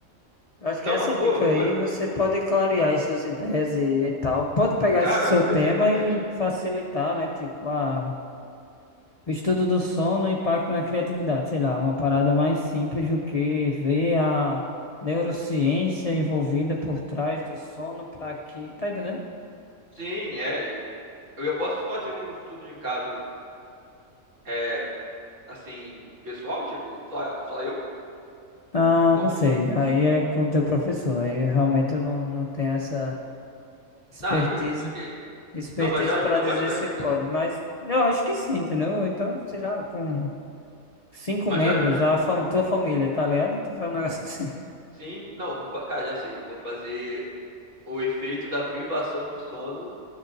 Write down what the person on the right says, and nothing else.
Não,
mas pô,
foi muito.
Cara,
perfeitamente.
Sim, é. Eu eu posso te fazer um estudo de caso. é, assim, pessoal? Tipo, só, só eu?
Como.
Ah, justo, ok.
Não, mas já ajudou
bastante,
cara.
Mas
já. aju-
Sim, não, vou, fa- cara, já sei. Vou fazer o efeito da privação de sono